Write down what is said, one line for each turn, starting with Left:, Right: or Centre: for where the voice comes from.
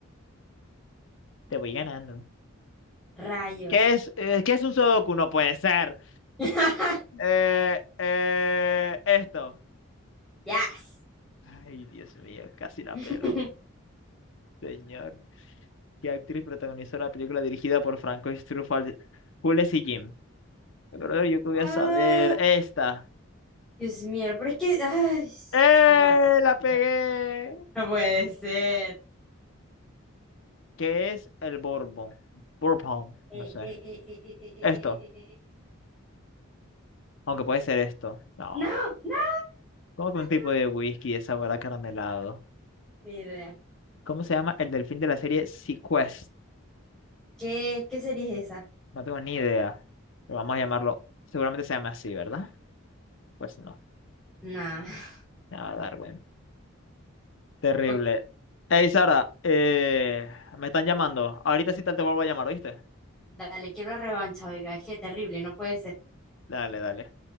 Left: Te voy ganando.
Centre: rayos.
Left: ¿Qué es, eh, qué es un sudoku? No puede ser.
Centre: <laughs>
Left: Eh, eh, esto.
Centre: Yes.
Left: Ay, Dios mío, casi la
Centre: <laughs>
Left: pelo. Señor. que actriz protagonizó la película dirigida por Francois Truffaut, Jules y Jim. Pero yo que voy
Centre: Ah,
Left: a saber. Esta.
Centre: Dios mío, pero es que... Ay,
Left: ¡Eh!
Centre: no puede
Left: ¡La pegué!
Centre: ser. No puede ser.
Left: ¿Qué es el Bourbon? Bourbon, no
Centre: Eh,
Left: sé.
Centre: eh, eh, eh, eh, eh, eh,
Left: Esto,
Centre: eh, eh, eh. eh.
Left: aunque puede ser esto. No.
Centre: No, no.
Left: Como que un tipo
Centre: <laughs>
Left: de whisky de sabor acaramelado.
Centre: Ni idea.
Left: ¿Cómo se llama el delfín de la serie Sequestras?
Centre: ¿Qué, qué serie es esa?
Left: No tengo ni idea. Pero vamos a llamarlo. Seguramente se llama así, ¿verdad? Pues no.
Centre: Nah. <laughs>
Left: Nada, Darwin. Terrible.
Centre: Ok,
Left: Hey, Sara, eh, me están llamando. Ahorita sí tal te vuelvo a llamar, ¿oíste?
Centre: Dale, quiero revancha, oiga, es que terrible, no puede ser.
Left: Dale, dale.